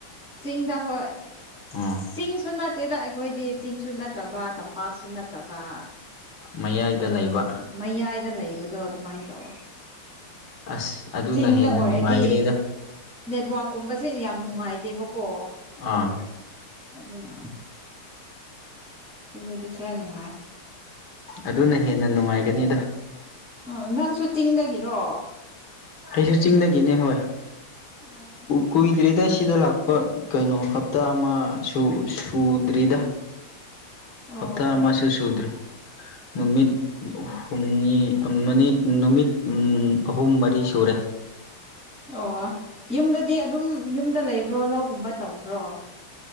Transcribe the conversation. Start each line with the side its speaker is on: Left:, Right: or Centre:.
Centre: ꯆꯤꯡꯗ ꯍꯣꯏ
Left: ꯑꯝ
Centre: ꯆꯤꯡꯁꯨ ꯅꯠꯇꯦꯗ ꯑꯩꯈꯣꯏꯗꯤ ꯆꯤꯡꯁꯨ ꯅꯠꯇꯕ ꯇꯝꯄꯥꯛꯁꯨ ꯅꯠꯇꯕ
Left: ꯃꯌꯥꯏꯗ
Centre: ꯑꯗꯨꯝ
Left: ꯂꯩꯕ
Centre: ꯃꯌꯥꯏꯗ ꯂꯩꯕꯗꯣ ꯑꯗꯨꯃꯥꯏꯅ ꯇꯧꯋꯦ
Left: ꯑꯁ ꯑꯗꯨꯅ
Centre: ꯆꯤꯡꯗ
Left: ꯍꯦꯟꯅ
Centre: ꯑꯣꯏꯔꯗꯤ
Left: ꯅꯨꯡꯉꯥꯏꯒꯅꯤꯗ
Centre: ꯅꯦꯠꯋꯛꯀꯨꯝꯕꯁꯦ ꯌꯥꯝ ꯅꯨꯡꯉꯥꯏꯇꯦꯕꯀꯣ
Left: ꯑꯥ
Centre: ꯑꯗꯨꯅ ꯁꯤꯗꯗꯤ ꯈꯔ ꯅꯨꯡꯉꯥꯏ
Left: ꯑꯗꯨꯅ ꯍꯦꯟꯅ ꯅꯨꯡꯉꯥꯏꯒꯅꯤ ꯑꯗꯣ
Centre: ꯑꯣ ꯅꯊꯪꯁꯨ ꯆꯤꯡꯗꯒꯤꯔꯣ
Left: ꯀꯩꯁꯨ ꯆꯤꯡꯗꯒꯤꯅꯦ ꯍꯣꯏ
Centre: ꯑꯣ
Left: ꯀꯨꯏꯗ꯭ꯔꯤꯗ ꯁꯤꯗ ꯂꯥꯛꯄ ꯀꯩꯅꯣ ꯍꯞꯇꯥ ꯑꯃ ꯁꯨꯗ꯭ꯔꯤꯗ
Centre: ꯑꯣ
Left: ꯍꯞꯇꯥ
Centre: ꯑꯣ
Left: ꯃꯥꯁꯤꯁꯤ ꯎꯗ꯭ꯔꯦ ꯅꯨꯃꯤꯠ
Centre: ꯎꯝ
Left: ꯍꯨꯝꯅꯤ ꯅꯨꯃꯤꯠ ꯑꯍꯨꯝ ꯃꯔꯤ ꯁꯨꯔꯦ
Centre: ꯑꯣ ꯌꯨꯝꯗꯗꯤ ꯑꯗꯨꯝ ꯌꯨꯝꯗ ꯂꯩꯕ꯭ꯔꯣ ꯂꯧꯒꯨꯝꯕ ꯇꯧꯕ꯭ꯔꯣ